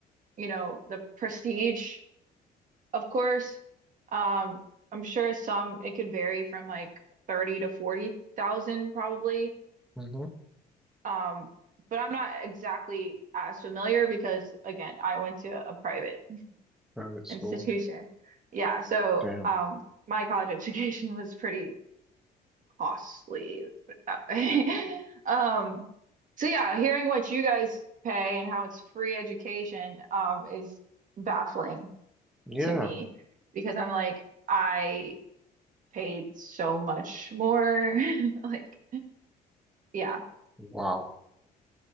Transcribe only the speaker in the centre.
hmm
Private school.
Damn.
Yeah.
Wow.